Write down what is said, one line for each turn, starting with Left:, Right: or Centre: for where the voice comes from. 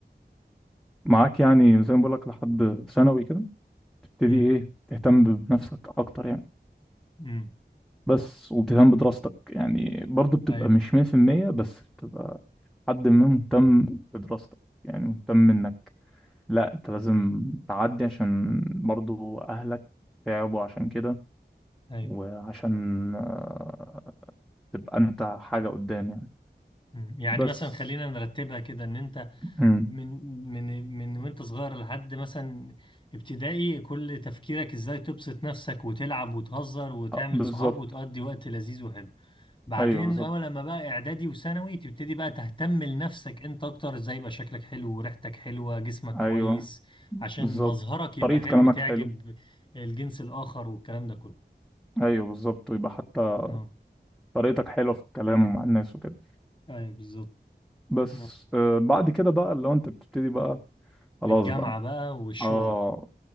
Centre: معاك يعني زي ما بقولك لحد ثانوي كده تبتدي
Left: أمم.
Centre: ايه تهتم بنفسك أكتر يعني
Left: أمم.
Centre: بس وبتهتم بدراستك يعني برضه بتبقى
Left: ايوه
Centre: مش 100% بس بتبقى حد ما مهتم بدراستك يعني مهتم
Left: أمم.
Centre: انك لا انت لازم تعدي عشان برضه اهلك تعبوا عشان كده
Left: ايوه
Centre: وعشان آه، تبقى انت حاجة قدام يعني
Left: أمم. يعني
Centre: بس
Left: مثلا خلينا نرتبها كده ان انت
Centre: مم.
Left: من من من وانت صغير لحد مثلا ابتدائي كل تفكيرك ازاي تبسط نفسك وتلعب وتهزر وتعمل
Centre: آه، بالظبط
Left: صحاب وتقضي وقت لذيذ وحلو بعدين
Centre: ايوه بالظبط
Left: اول لما بقى اعدادي وثانوي تبتدي بقى تهتم لنفسك انت اكتر ازاي يبقى شكلك حلو وريحتك حلوة جسمك كويس
Centre: ايوه
Left: عشان
Centre: بالظبط
Left: مظهرك يبقى
Centre: طريقة
Left: حلو
Centre: كلامك
Left: تعجب
Centre: حلو
Left: الجنس الاخر والكلام ده كله
Centre: ايوه بالظبط ويبقى حتى
Left: اه
Centre: طريقتك حلوة في الكلام مع الناس وكده
Left: ايوه بالظبط
Centre: بس
Left: آه.
Centre: آه، بعد كده بقى اللي هو انت بتبتدي بقى خلاص
Left: الجامعة
Centre: بقى
Left: بقى والشغل
Centre: اه